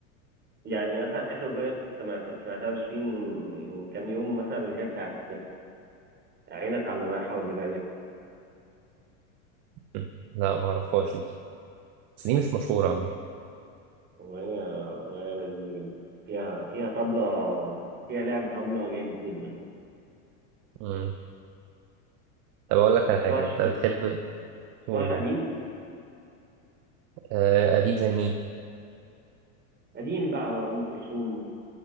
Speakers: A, on the right; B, on the right.
A: يعني مثلا اخر اغنيه كنت سمعت سمعتها لشيرين من كام يوم مثلا اللي هي بتاعت عينك على اللي رايحه واللي جايه
B: م. لا معرفهاش دي بس دي مش مشهورة
A: اغنيه اغنيه لذيذه جدا فيها فيها طبله فيها لعب طبله جامد جدا
B: عامة طب أقول لك
A: ما بتسمعش
B: على حاجة أنت
A: ما
B: بتحب
A: بتسمعش
B: تقوله
A: قديم
B: آه قديم زي مين؟
A: قديم بقى ام كلثوم